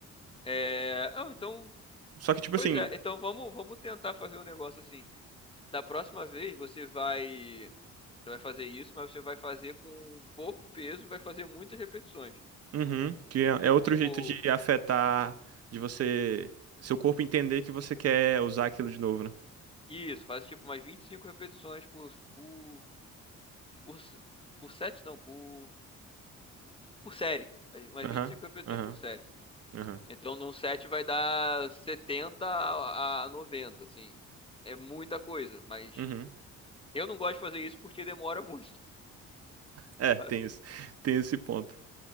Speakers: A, on the left; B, on the right.
A: É... Ah, então,
B: Só que, tipo
A: pois
B: assim,
A: é. Então vamos, vamos tentar fazer um negócio assim. Da próxima vez você vai. Você vai fazer isso, mas você vai fazer com pouco peso, vai fazer muitas repetições.
B: Uhum, que é é outro
A: Tipo,
B: jeito de afetar, de você, seu corpo entender que você quer usar aquilo de novo, né?
A: isso, faz tipo umas 25 repetições por, por, por, por set, não, por, por série. Umas
B: Aham,
A: vinte e cinco repetições
B: aham,
A: por série.
B: aham,
A: Então, num set vai dar 70 a a 90, assim. É muita coisa, mas
B: uhum.
A: eu não gosto de fazer isso porque demora <laughs> muito.
B: É, tem
A: sabe?
B: isso, <laughs> tem esse ponto.